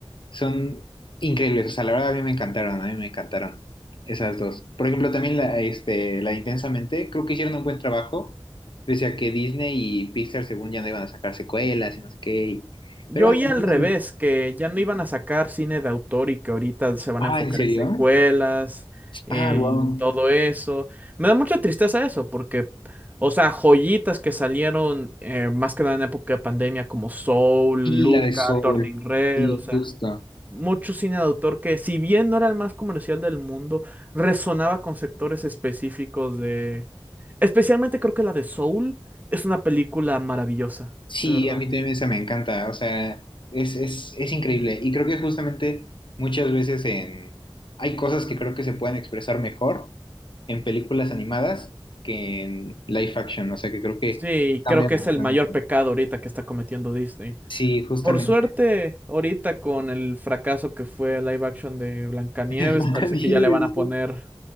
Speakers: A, on the left (about 60°); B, on the right (about 15°).
A: son increíbles, o sea, la verdad a mí me encantaron, a mí me encantaron esas dos. Por ejemplo, también la, este, la de Intensamente, creo que hicieron un buen trabajo, pese a que Disney y Pixar según ya no iban a sacar secuelas y no sé qué, y-
B: Yo
A: pero bueno.
B: oí al
A: al
B: revés,
A: final-
B: que ya no iban a sacar cine de autor y que ahorita
A: <laughs>
B: se van
A: Ah,
B: a enfocar
A: ¿en serio?
B: en secuelas, en
A: Ah, wow.
B: todo eso. Me da mucha tristeza eso, porque, o sea, joyitas que salieron eh, más que nada en época de pandemia, como Soul,
A: Y
B: Luca,
A: la de Soul,
B: Turning Red,
A: sí,
B: o sea,
A: justo.
B: mucho cine de autor que, si bien no era el más comercial del mundo, resonaba con sectores específicos de... Especialmente creo que la de Soul es una película maravillosa,
A: Sí,
B: de verdad.
A: a mí también esa me encanta, o sea, es, es, es increíble. Y creo que justamente muchas veces en... hay cosas que creo que se pueden expresar mejor en películas animadas que en live action, o sea, que creo que
B: Sí,
A: cambia
B: creo que
A: bastante.
B: es el mayor pecado ahorita que está cometiendo Disney.
A: Sí, justamente.
B: Por suerte, ahorita con el fracaso que fue el live action de Blancanieves,
A: <laughs> Blancanieves,
B: parece que ya le van a poner,
A: sí.